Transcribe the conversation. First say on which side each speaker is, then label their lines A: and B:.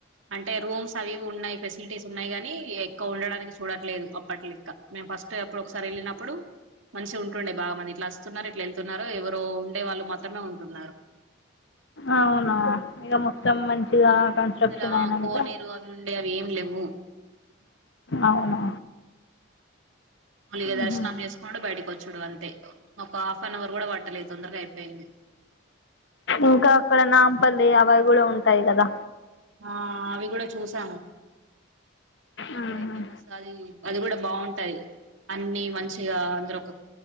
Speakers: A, on the right; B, on the left.
A: అంటే రూమ్స్ అవీ ఇవి ఉన్నాయి ఫెసిలిటీస్ ఉన్నాయి గనీ ఎక్కువ ఉండడానికి చూడట్లేదు అప్పట్ లెక్క మేము ఫస్ట్ ప్పుడోకసారి ఎళ్ళినప్పుడు మంచిగుంటుండే బాగ మరి ఇట్లాస్ స్తున్నరు ఇట్ల ఎళ్తున్నరు ఎవరో ఉండే వాళ్ళు మాత్రమే ఉంటున్నరు
B: అవునా ఇగ మొత్తం
A: హ్మ్
B: మంచిగా కన్స్ట్రక్షన్
A: అందులో ఆ
B: అయినంక
A: కోనేరు ఉండే అవి ఏం లేవు
B: అవునా
A: మల్లిగ దర్శనం
B: మ్మ్.
A: చేసుకునుడు బయటకొచ్చుడు అంతే ఒకా హాఫ్ అన్ అవర్ కూడ పట్టలేదు తొందరగ అయిపోయింది
B: ఇంక అక్కడ నాంపల్లి అవయి గూడ ఉంటాయి గదా
A: ఆ అవి గూడ చూసాము
B: మ్మ్.
A: అదైతే మస్ అదీ అది గుడా బాగుంటది అన్ని మంచిగా అందరొక్క